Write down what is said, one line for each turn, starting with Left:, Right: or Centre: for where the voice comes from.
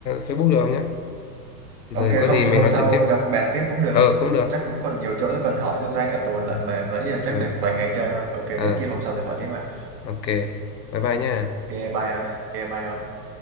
Left: Facebook được không nhé rồi
Right: ok
Left: có
Right: không
Left: gì
Right: thì
Left: mình
Right: hôm
Left: nói
Right: sau
Left: chuyện tiếp
Right: gặp bàn tiếp cũng được
Left: ờ cũng được
Right: chắc cũng còn nhiều chỗ tôi còn hỏi tôi ra cả tuần lận
Left: ừ.
Right: mà nãy giờ chắc
Left: ờ
Right: được vài ngày chơi thôi ok
Left: Ờ,
Right: để chi hôm sau tôi hỏi tiếp mà
Left: ok bye bye nha
Right: ok bye ạ. ok bye ông